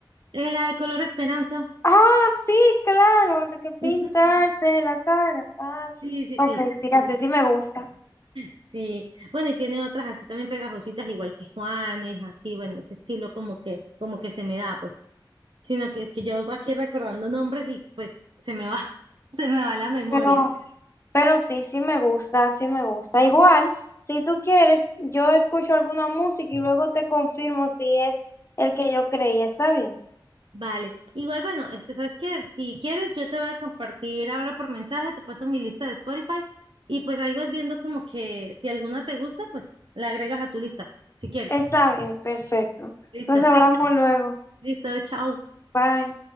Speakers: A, on the right; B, on the left.
A: Eh, la de Color Esperanza.
B: Ah, sí, claro, de que pintarte
A: ujú,
B: la cara. Ah, sí.
A: Sí, sí,
B: Ok,
A: sí,
B: sí, así sí me gusta.
A: sí. Bueno, y tiene otras así también pegajositas, igual que Juanes, así, bueno, ese estilo como que, como que se me da, pues. Sino que, que yo aquí recordando nombres y pues se me va, <laughs> se me va la memoria.
B: Pero, pero sí, sí me gusta, sí me gusta. Igual, si tú quieres, yo escucho alguna música y luego te confirmo si es el que yo creía. ¿Está bien?
A: Vale. Igual, bueno, este, ¿sabes qué? Si quieres, yo te voy a compartir ahora por mensaje, te paso mi lista de Spotify y pues ahí vas viendo como que si alguna te gusta, pues la agregas a tu lista, si quieres.
B: Está bien, perfecto.
A: Listo,
B: Entonces hablamos luego.
A: listo, chao.
B: Bye.